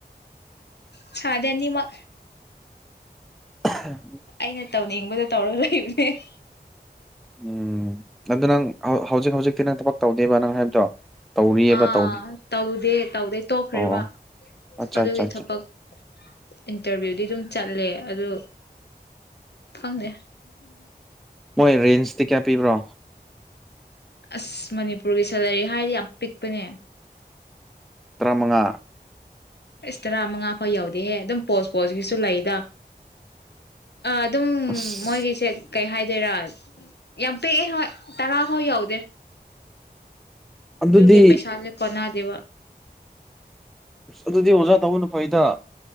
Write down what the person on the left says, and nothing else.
ꯁꯥꯗꯅꯤ ꯃ
ꯑꯩꯅ ꯇꯧꯅꯤꯡꯕꯗꯣ ꯇꯧꯔ ꯏꯅꯦ <unintelligible>
ꯑꯥ
ꯇꯧꯗꯦ ꯇꯧꯗꯩ ꯇꯣꯛꯈ꯭ꯔꯦꯕ
ꯑꯗꯨꯒꯤ
ꯊꯕꯛ ꯏꯟꯇꯔꯚꯤꯌꯨꯗꯤ ꯑꯗꯨꯝ ꯆꯠꯂꯦ ꯑꯗꯨ ꯐꯪꯅꯦ
ꯑꯁ ꯃꯅꯤꯄꯨꯔꯒꯤ ꯁꯦꯂꯔꯤ ꯍꯥꯏꯗꯤ ꯌꯥꯝ ꯄꯤꯛꯄꯅꯦ
ꯏꯁꯁ ꯇꯔꯥ ꯃꯉꯥ ꯐꯥꯎ ꯌꯎꯗꯦꯍꯦ ꯑꯗꯨꯝ ꯄꯣꯁ ꯄꯣꯁꯀꯤꯁꯨ ꯂꯩꯗ ꯑꯗꯨꯝ
ꯃꯣꯏꯒꯤꯁꯦ ꯀꯩ ꯍꯥꯏꯗꯣꯏꯔꯥ ꯌꯥꯝ ꯄꯦꯛꯑꯦ ꯍꯣꯏ ꯇꯔꯥ ꯍ ꯌꯥꯎꯗꯦ
ꯑꯗꯨꯒꯦ ꯄꯩꯁꯜꯦꯛ ꯀꯣꯟꯅ ꯗꯦꯕꯥ